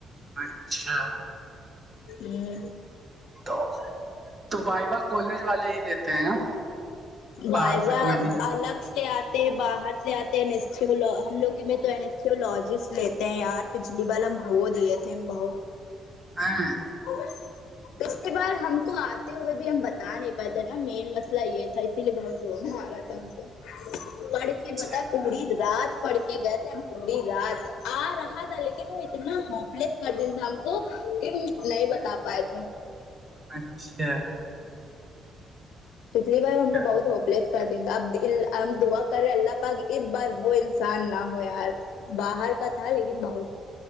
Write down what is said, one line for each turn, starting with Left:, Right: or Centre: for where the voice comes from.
Right: اچھا
Left: ہوں
Right: تو تو وائوا کالج والے ہی لیتے ہیں
Left: وائے
Right: باہر
Left: و
Right: سے
Left: ال
Right: کوئی نہیں آتا
Left: الگ سے آتے باہر سے آتے ہیں ہم لوگ میں تو انسٹیولوجسٹ لیتے یار پچھلی بار ہم ہو دیے تھے بہت
Right: ہاں
Left: ا پچلی بار ہم کو آتے ہوئے بھی ہم بتا نہیں پاتے نا مین مسئلہ یہ تھا اس ب دون ہوا کو پڑکے
Right: اچھا
Left: بتا کوڑی رات پڑھ کے گئے تھے ہم پوری رات آ رہا تھا لیکن وہ اتنا ہوپلیس کر دین تھا ہم کو نہیں بتا پائے تھے
Right: اچھا
Left: پچھلیار ہم
Right: چل
Left: کو بہت ہوپ لیس کر د اب ہم دعا کر رہے اللہ پ اس بار وہ انسان نہ ہو یار باہر کا تھا لیکن بہت